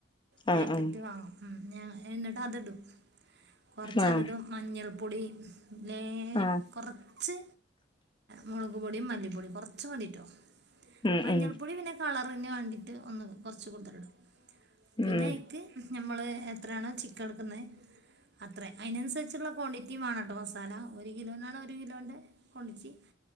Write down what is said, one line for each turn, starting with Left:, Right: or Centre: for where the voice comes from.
Right: പേക്കറ്റ്
Left: ആഹ് ആഹ്
Right: വാങ്ങും ഉം ആ എന്നിട്ട് അതിടും കുറച്ചതിടും
Left: ആഹ്
Right: മഞ്ഞൾ പൊടി വേ
Left: ആഹ്
Right: കൊറച്ച് മുളക് പൂപൊടീം മല്ലിപ്പൊടീം കൊറച്ച് മതീട്ടോ
Left: ഉം
Right: മഞ്ഞൾപ്പൊടി
Left: ഉം
Right: പിന്നെ കളറിന് വാണ്ടീട്ട് ഒന്ന് കൊറച്ച് കൂടുതലിടും പിന്നെ
Left: ഉം
Right: ഇക്ക് ഞമ്മള് എത്രാണോ ചിക്കൻ എടുക്കുന്നെ അത്രേം അയിനനുസരിച്ച്ള്ള കോണ്ടിറ്റി വാണംട്ടോ മസാലാ ഒരു കിലോനാണോ ഒരു കിലോൻ്റെ ക്വാണ്ടിറ്റി